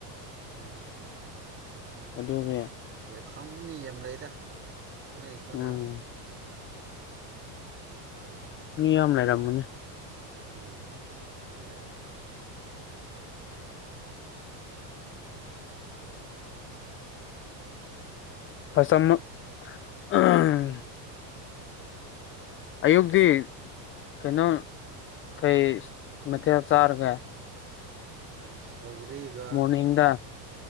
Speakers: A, on the right; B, on the left.
A: ꯎꯝ
B: ꯑꯗꯨꯉꯤ
A: ꯈꯪ ꯃꯤ ꯌꯥꯝ ꯂꯩꯗ ꯅꯣꯏ ꯏꯈꯣꯟꯗ
B: ꯎꯝ ꯃꯤ ꯌꯥꯝ ꯂꯩꯔꯝꯃꯨꯅꯦ
A: ꯎꯝ ꯌꯥꯝ ꯂꯥꯏ
B: ꯐꯁꯝ ꯃꯛ ꯑꯍꯝ ꯑꯌꯨꯛꯇꯤ ꯀꯩꯅꯣ ꯀꯩ ꯃꯊꯦꯜ ꯆꯥꯔ
A: ꯑꯁ ꯁꯧꯒꯔꯤꯒ
B: ꯃꯣꯔꯅꯤꯡꯗ